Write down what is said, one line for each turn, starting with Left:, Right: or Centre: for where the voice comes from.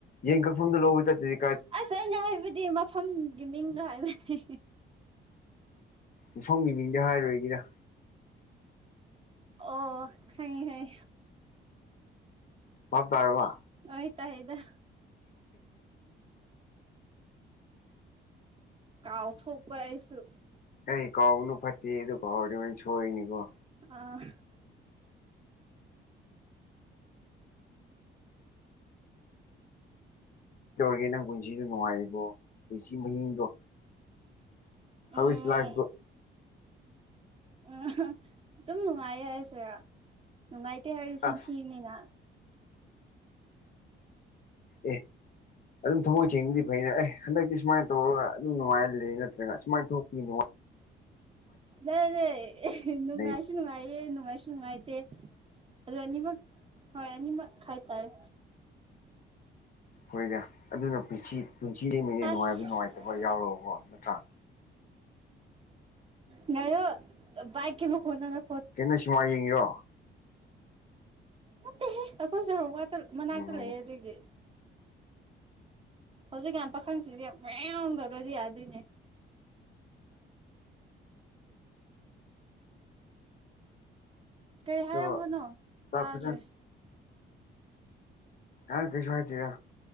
Left: ꯌꯦꯟ ꯀꯛꯐꯝꯗ ꯂꯧꯕ ꯆꯠꯇꯗꯤ
Right: ꯑꯁ ꯑꯩꯅ ꯍꯥꯏꯕꯗꯤ ꯃꯐꯝꯒꯤ ꯃꯤꯡꯗꯣ ꯍꯥꯏꯕꯗꯤ
Left: ꯃꯐꯝꯒꯤ ꯃꯤꯡꯗꯤ ꯍꯥꯏꯔꯨꯔꯣꯏꯒꯤꯔ
Right: ꯑꯣ ꯈꯩ ꯍꯥꯏ
Left: ꯃ ꯇꯥꯔ ꯋꯥ
Right: ꯑꯣꯏ ꯇ ꯍꯥꯏꯗ ꯀꯥꯎꯊꯣꯛꯄ ꯍꯥꯏꯁꯨ
Left: ꯑꯩꯩ ꯀꯥꯎꯅ ꯐꯠꯇꯦ ꯑꯗꯨ ꯀꯥꯎꯔꯦ ꯑꯣꯏꯅ ꯁꯣꯏꯏꯅꯤꯀꯣ
Right: ꯑ
Left: ꯀ ꯇꯧꯔꯒꯦ ꯅꯪ ꯄꯨꯟꯁꯤꯗꯣ ꯅꯨꯡꯉꯥꯏꯔꯤꯕꯣ ꯄꯨꯟꯁꯤ ꯃꯍꯤꯡꯗꯣ ꯍꯧꯕꯤꯤꯁ
Right: ꯎꯝ
Left: ꯂꯥꯛꯈꯕꯨꯣ
Right: ꯎꯝ ꯑꯗꯨꯝ ꯅꯨꯡꯉꯥꯏ ꯍꯥꯏꯁꯤꯦꯔꯥ ꯅꯨꯡꯉꯥꯏꯇꯦ ꯍꯥꯏꯗꯤ ꯆꯤꯟꯁꯤꯅꯤꯅ
Left: ꯑꯁ ꯑꯦ ꯑꯗꯨꯝ ꯊꯃꯣꯏ ꯁꯦꯡꯕꯗꯤ ꯐꯩꯅ ꯑꯦ ꯍꯟꯗꯛꯇꯤ ꯁꯨꯃꯥꯏꯅ ꯇꯧꯔꯒ ꯑꯗꯨꯝꯅꯨꯡꯉꯍꯔ ꯂꯩꯦ ꯅꯠꯇ꯭ꯔꯒ ꯁꯨꯃꯥꯏꯅ ꯊꯣꯛꯄꯤꯉꯥꯏ
Right: ꯅꯗꯦ
Left: ꯂꯩ
Right: ꯉꯁꯅꯨꯡ ꯉꯥꯏꯌꯦꯦ ꯏ ꯅꯥꯏꯁꯅꯨꯡꯉꯥꯏꯇꯦ ꯑꯗꯨꯅꯤꯃꯒ ꯍꯣꯏ ꯑꯅꯤꯃꯒ ꯈꯥꯏꯇꯥꯥꯔꯦ
Left: ꯍꯣꯏꯗ ꯑꯗꯨꯅ ꯄꯨ ꯄꯨꯟꯁꯤ ꯂꯩꯃꯤꯅꯦ
Right: ꯑꯁ
Left: ꯅꯨꯡꯉꯥꯏꯕ ꯅꯨꯡꯉꯥꯏꯇꯕ ꯌꯥꯎꯔꯕꯣ ꯅꯠꯇ꯭ꯔꯥ
Right: ꯉꯔꯣ ꯥꯏꯀꯤꯃ ꯀꯣꯟꯅꯅ
Left: ꯀꯩꯅꯣ ꯁꯨꯃꯥꯏ ꯌꯦꯡꯉꯤꯔꯣ
Right: ꯅꯠꯇꯍꯦ ꯑꯩꯈꯣꯏꯁꯨꯔ ꯋꯥꯇ ꯃꯅꯥꯛꯇ
Left: ꯎꯝ
Right: ꯂꯩꯦ ꯑꯗꯨꯒꯤ ꯍꯧꯖꯤꯛ ꯌꯥꯝꯥꯟ ꯄꯥꯈꯪꯁꯤꯗꯤ ꯌꯥꯝ ꯃꯌꯥꯝꯗꯔꯗꯤ ꯌꯥꯗꯣꯏꯅꯦ ꯀꯩ ꯍꯥꯏꯔꯝꯕꯅꯣ
Left: ꯆꯣ ꯆꯥꯛ
Right: ꯇꯥꯗ꯭ꯔꯦ
Left: ꯐꯖꯅ ꯑ ꯀꯩꯁꯨ ꯍꯥꯏꯇꯔ